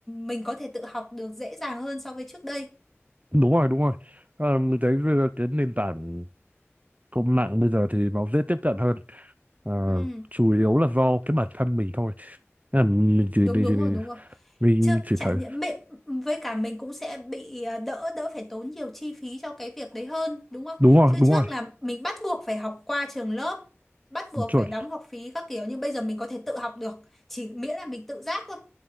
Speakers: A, in the centre; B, on the right.
A: mình có thể tự học được dễ dàng hơn so với trước đây.
B: đúng rồi đúng rồi à, mình thấy bây giờ cái nền tảng công mạng bây giờ thì nó dễ tiếp cận hơn à,
A: Ừ,
B: chủ yếu là do cái bản thân mình thôi Thế là mình chỉ
A: đúng
B: mình,
A: đúng
B: chỉ- mình,
A: rồi, đúng rồi.
B: mình
A: chứ
B: chỉ
A: chẳng
B: thấy
A: những mẹ với cả mình cũng sẽ bị à, đỡ đỡ phải tốn nhiều chi phí cho cái việc đấy hơn đúng không
B: đúng rồi
A: chứ
B: đúng
A: trước
B: rồi
A: là mình bắt buộc phải học qua trường lớp bắt buộc
B: chuẩn
A: phải đóng học phí các kiểu nhưng bây giờ mình có thể tự học được chỉ miễn là mình tự giác thôi